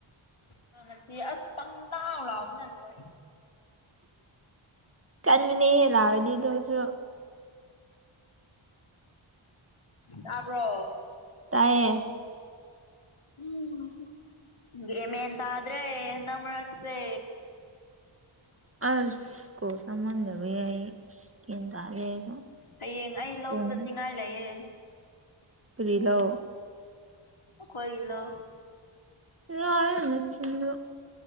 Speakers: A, on the left; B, on the right.
A: ꯊꯛꯁꯤ ꯑꯁ ꯄꯪ ꯂꯥꯎ ꯂꯥꯎꯕꯅ ꯂꯣꯏ
B: ꯀꯥꯟꯃꯤꯅꯤ ꯂꯥꯎꯔꯗꯤꯗꯨꯁꯨ
A: ꯇꯥꯕ꯭ꯔꯣ
B: ꯇꯥꯏꯌꯦ
A: ꯎꯝ ꯒꯌꯥꯟ ꯃꯦꯟ ꯇꯗ꯭ꯔꯦ ꯍꯟꯗꯛ ꯃꯔꯛꯁꯦ
B: ꯑꯏꯁꯀꯣ ꯁꯥꯟ <unintelligible> ꯌꯥꯏ <unintelligible> ꯒꯌꯥꯟ ꯇꯗꯦ ꯑꯩꯁꯨ
A: ꯍꯌꯦꯡ ꯑꯩ ꯂꯧ
B: ꯀꯣꯟꯅ
A: ꯆꯠꯅꯤꯡꯉꯥꯏ ꯂꯩꯌꯦ
B: ꯄꯨꯔꯤꯂꯣ
A: ꯃꯈꯣꯏꯒꯤ ꯂꯣ
B: ꯌꯥꯔꯅꯤ ꯅꯆꯤꯟꯗꯣ